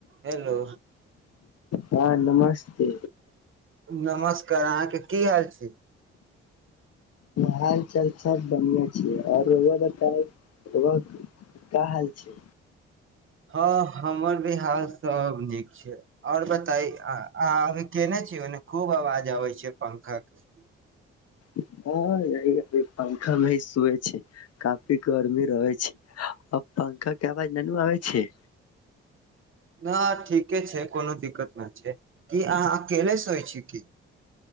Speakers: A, on the right; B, on the left.
A: Hello
B: हँ नमस्ते
A: नमस्ते कर अहाँके की हाल छै
B: हालचाल सब बढ़ियां छै आ रौआ बताउ का हाल छै
A: हँ हमर बि हाल सब नीक छै और बताई अ अभी केने छी ओने खूब आवाज अबै छै पंखा के
B: हँ य पंखा भ <inaudible> छै काफी गरमी रहै छै पंखा के आवाज ननू आबै छै
A: नहि ठीके छै कोनो दिक्कत नहि छै कि अहाँ अकेले सोय छी की